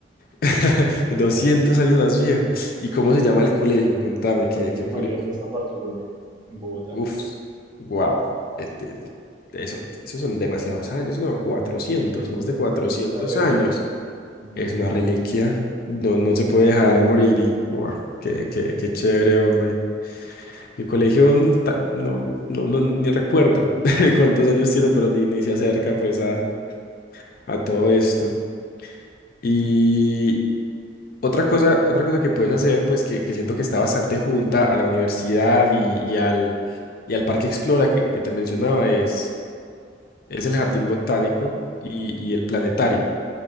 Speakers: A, on the left; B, on the right.
A: <laughs> doscientos
B: Eh,
A: años más viejo. ¿Y cómo se llama el colegio? Contame,
B: el colegio
A: qué, qué curioso.
B: mayor de San Bartolomé, en Bogotá.
A: Uf, wow. Este, eso, esos son demasiados años, ¿no? cuatrocientos,
B: Sí, eso
A: más
B: ya,
A: de cuatrocientos
B: ya es una reliquia.
A: años.
B: Ujú.
A: Es una reliquia. No, no se puede dejar morir y, wow, qué, qué, qué chévere, hombre. Mi colegio, mm, ta- no, no, no, ni recuerdo <laughs> cuántos años tiene, pero ni, ni se acerca, pues, a, a todo esto. Y otra cosa, otra cosa que puedes hacer, pues, que, que siento que está bastante junta a la universidad y, y al, y al Parque Explora que, que te mencionaba es Es el jardín botánico y, y el planetario.